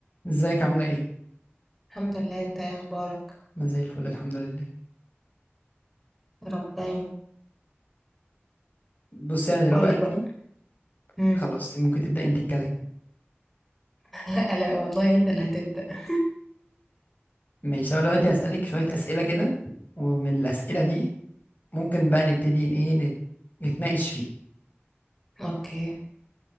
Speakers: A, on the left; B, in the centre.
A: ازيك عاملة ايه؟
B: الحمد لله انت ايه اخبارك
A: انا زي الفل الحمد لله
B: يا رب دايما
A: بص انا دلوقتي
B: قول لي بقى مم.
A: خلاص ممكن تبدأ انت الكلام
B: <laughs> لا لا والله انت اللي هتبدأ <laughs>
A: ماشي انا دلوقتي هسألك شوية اسئلة كده ومن الاسئلة دي ممكن بقى نبتدي ان ايه نت- نتناقش فيها
B: اوكي